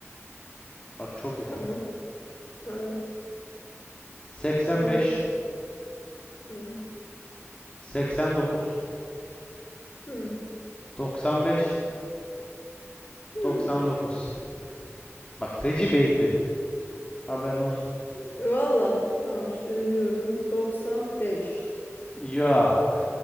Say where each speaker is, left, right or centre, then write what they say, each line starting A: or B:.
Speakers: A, on the left; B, on the left.
A: Bak çok yakın.
B: Tamam. Evet.
A: 85,
B: Düşünüyorum. Hı.
A: 89,
B: Hı.
A: 95,
B: Hı.
A: 99. Bak feci beyit dedim. Haberin olsun.
B: E, Valla. Tamam. Söylüyorum. 95.
A: Yok.